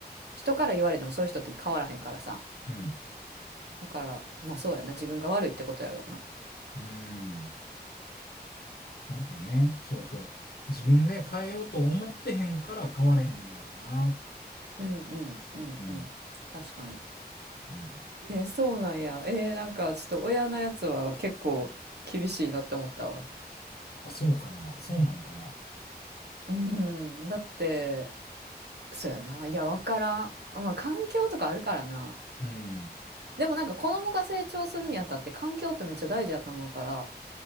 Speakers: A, on the right; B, on the left.
A: 人から言われてもそういう人って変わらへんからさ。
B: うん。
A: だから、まあそうやな。自分が悪いってことやろうな。
B: うん。なんかね、そうそう。自分で変えようと思ってへんから変われへんねやろうなって。
A: うんうんうんうん。
B: うん。
A: 確かに。
B: うん。
A: えーそうなんや。えーなんかちょっと親のやつは結構厳しいなって思ったわ。
B: あ、そうかな。そうなんかな。
A: うん、だってそうやな。いや、わからん。まあ、環境とかあるからな。
B: うん。
A: でもなんか子供が成長するにあたって環境ってめっちゃ大事やと思うから、